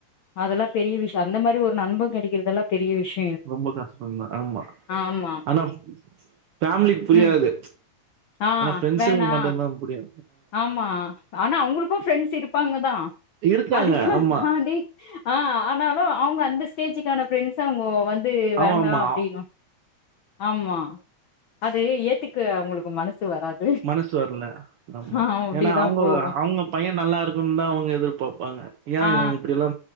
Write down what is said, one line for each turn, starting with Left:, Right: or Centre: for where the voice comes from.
Left: அதெல்லா பெரிய விஷயம் அந்த மாதிரி ஒரு நண்ப கிடக்கிறதுல்லா பெரிய விஷயம்
Right: ரொம்ப கஷ்டந்தா ஆமா
Left: ஆமா
Right: ஆனா ஃபேமிலிக்கு புரியாது
Left: ம் ஆ
Right: ஆனா ஃப்ரண்ட்ஸ்ங்களுக்கு
Left: வேணா
Right: மட்டுந்தா புரியு
Left: ஆமா ஆனா அவங்ளுக்கு ஃப்ரெண்ட்ஸ் இருப்பாங்க தா
Right: இருக்காங்க.
Left: அதையு
Right: ஆமா.
Left: தாண்டி ஆ ஆனாலு அவங்க அந்த ஸ்டேஜுக்கான ஃப்ரெண்ட்ஸ்ச அவங்க வந் து வேண்டா
Right: ஆமாமா.
Left: அப்டினோ ஆமா அது ஏத்துக்க அவங்களுக்கு மனசு வராது
Right: மனசு வர்ல ஆமா
Left: ஆ அப்டிதா
Right: ஏன்னா அவுங்க
Left: போகு
Right: அவுங்க பையன் நல்லா இருக்குன்னு தா அவுங்க எதிர்பாப்பாங்க ஏன்
Left: ஆ
Right: இவன் இப்படியெல்லா